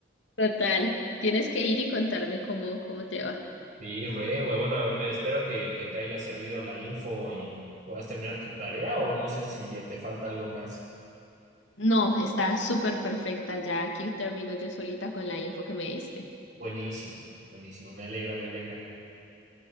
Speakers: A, on the left; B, on the right.
A: Total, tienes que ir y contarme cómo, cómo te va.
B: Sí, re, güey. Bueno, espero que, que te haya servido la info y puedas terminar tu tarea o no sé si ya te falta algo más.
A: No, está súper perfecta, ya aquí termino yo solita con la info que me diste.
B: Buenísimo, buenísimo. Me alegra, me alegra.